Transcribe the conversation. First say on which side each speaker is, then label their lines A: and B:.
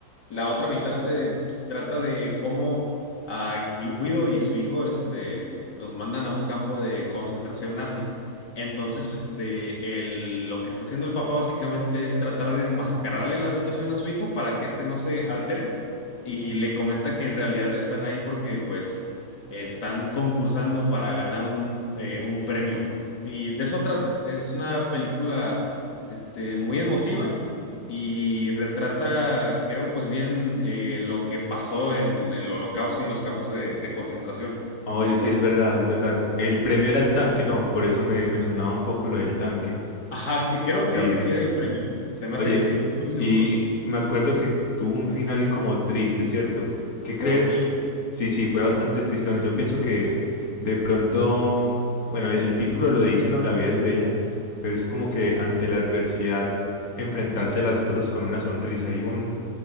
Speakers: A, on the left; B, on the left.
A: La otra mitad de- pues, trata de cómo a Guido y su hijo este, los mandan a un campo de concentración nazi. Entonces, pues, este, el- lo que está haciendo el papá básicamente es tratar de enmascararle la situación a su hijo para que éste no se altere y le comenta que en realidad están ahí porque pues eh, están concursando para ganar un, eh, un premio. Y de eso trata. Es una película este, muy emotiva y retrata, creo, pues bien eh, lo que pasó en el Holocausto y en los campos de de concentración.
B: Oye,
A: Y pues
B: sí, es verdad, es verdad. El premio era el tanque, no, por eso me, me sonaba un poco lo del tanque.
A: Ajá, que- creo,
B: Sí,
A: creo que
B: sí.
A: sí era el premio. Se me
B: Oye,
A: hace que sí, no estoy muy seguro.
B: y me acuerdo que tuvo un final como triste, ¿cierto? ¿Qué crees?
A: Oh, sí,
B: Sí, sí, fue bastante tristón. Yo pienso que de pronto, bueno, el título lo dice, ¿no? La vida es bella, pero es como que ante la adversidad, enfrentarse a las cosas con una sonrisa. Hay un